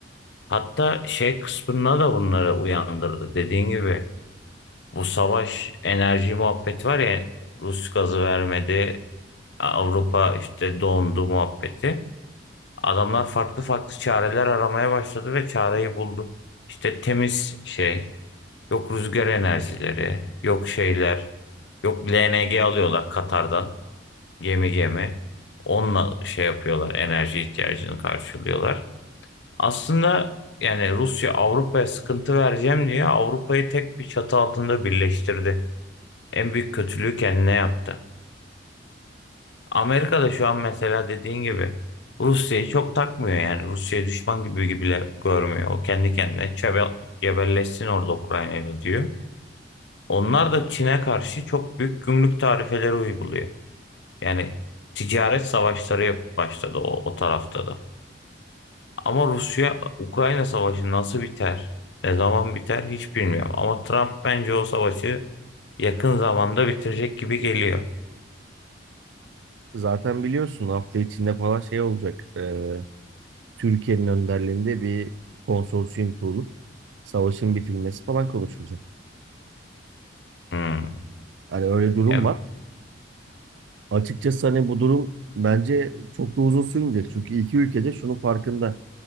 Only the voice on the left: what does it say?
Hatta şey kısmına da bunları uyandırdı. Dediğin gibi bu savaş enerji muhabbeti var ya Rus gazı vermedi. Avrupa işte dondu muhabbeti. Adamlar farklı farklı çareler aramaya başladı ve çareyi buldu. İşte temiz şey Yok rüzgar enerjileri, yok şeyler, yok LNG alıyorlar Katar'dan gemi gemi. Onunla şey yapıyorlar, enerji ihtiyacını karşılıyorlar. Aslında yani Rusya Avrupa'ya sıkıntı vereceğim diye Avrupa'yı tek bir çatı altında birleştirdi. En büyük kötülüğü kendine yaptı. Amerika da şu an mesela dediğin gibi Rusya'yı çok takmıyor yani. Rusya'yı düşman gibi bile görmüyor. O kendi kendine çebe- cebelleşsin orada Ukrayna'yla diyor. Onlar da Çin'e karşı çok büyük gümrük tarifeleri uyguluyor. Yani ticaret savaşları yapıp başladı o, o tarafta da. Ama Rusya-Ukrayna savaşı nasıl biter, ne zaman biter hiç bilmiyorum. Ama Trump bence o savaşı yakın zamanda bitirecek gibi geliyor.
Hmm.
Ya,